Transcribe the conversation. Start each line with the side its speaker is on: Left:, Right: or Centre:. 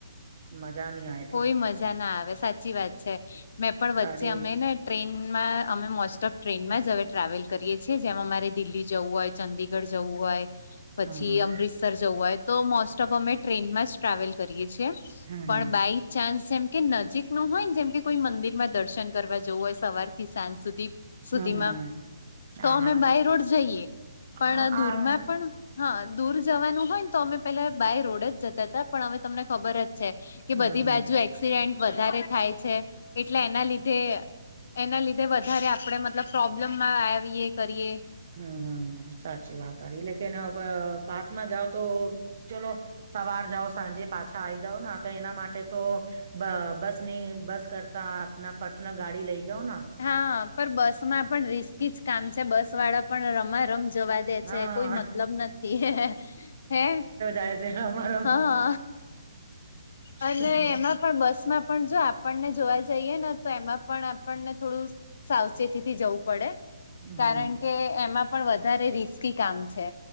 Right: મજા ની આય
Left: કોઈ મજા ના આવે સાચી વાત છે, મેં પણ વચ્ચે
Right: સારી
Left: અમે ને ટ્રેનમાં અમે મોસ્ટ ઓફ ટ્રેનમાં જ હવે ટ્રાવેલ કરીએ છીએ જેમાં અમારે દિલ્હી જવું હોય ચંદીગઢ જવું હોય પછી
Right: હમ હમ
Left: અમૃત જવું હોય તો મોસ્ટ ઓફ અમે ટ્રેનમાં જ ટ્રાવેલ કરીએ છીએ
Right: હમ
Left: પણ
Right: હમ
Left: બાય ચાન્સ જેમ કે નજીક નું હોય ને જેમ કે કોઈ મંદિર માં દર્શન કરવા જવું હોય સે સવારથી સાંજ સુધી પ સુધીમાં,
Right: હમ હમ
Left: તો
Right: હા
Left: અમે
Right: હા
Left: બાય રોડ જઈએ,
Right: હા
Left: પણ
Right: આ
Left: દૂરમાં પણ હા, દૂર જવાનું હોય ને તો અમે પેલા બાય રોડ જ જતા તા પણ હવે તમને ખબર જ છે કે
Right: હમ
Left: બધ એક્સિડેન્ટ વધારે થાય છે એટલે એના લીધે. એના લીધે વધારે આપણે મતલબ પ્રોબ્લેમમાં આવીએ કરીએ.
Right: હમ સાચી વાત આ લેક પાસમાં જાવ તો. ચલો સવાર જાઓ સાંજે પાછા આવી જાઓ ના તો એના માટે તો. બ બસ ની બસ કરતા આપના પર્સનલ ગાડી લઈ જાઓ ના.
Left: હા પણ બસ માં પણ રિસ્કી જ કામ છે બસ વાળા પણ રમા રમ જવા દે. દે
Right: હા
Left: છે કોઈ મતલબ નથી હે
Right: એસે અમારો
Left: હા અને
Right: હમ
Left: એમા પણ બસ માં પણ જો આપણને જોવા જઈએ ને તો એમાં પણ આપણને થોડું સાવચેતીથી જવું પડે.
Right: હમ
Left: કારણ કે એમાં પણ વધારે રિસ્કી કામ છે.